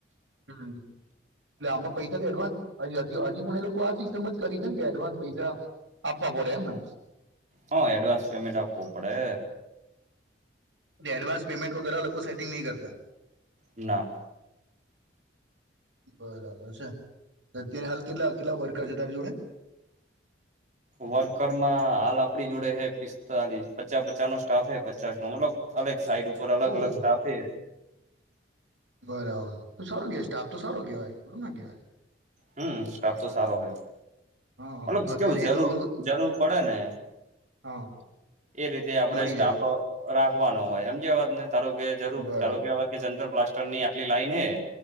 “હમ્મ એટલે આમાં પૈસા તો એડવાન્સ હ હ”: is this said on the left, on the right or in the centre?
Right